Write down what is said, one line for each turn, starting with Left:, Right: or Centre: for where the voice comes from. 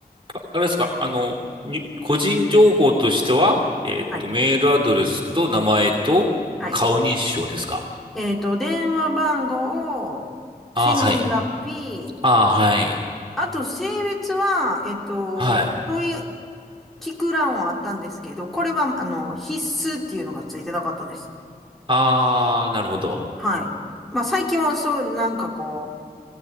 Right: ああれですか、あの、に個人情報としては、えーっと、
Centre: はい、
Right: メールアドレスと名前と顔認証ですか
Centre: はい。えっと、電話番号、
Right: ああ、
Centre: 生年月日、
Right: はい。ああ、はい。
Centre: あと、性別は、えっと、
Right: はい。
Centre: そういう聞く欄はあったんですけど、これは、あの、必須っていうのがついてなかったです。
Right: ああ、なるほど。
Centre: はい。まあ、最近はそう、なんかこ